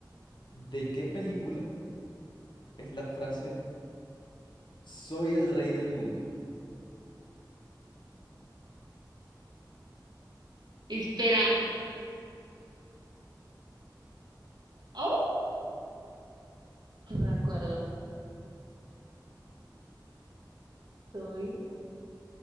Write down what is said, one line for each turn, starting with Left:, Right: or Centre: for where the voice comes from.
Left: ¿De qué película es la frase Soy el rey del mundo?
Right: Espera. Oh, No me acuerdo. Soy.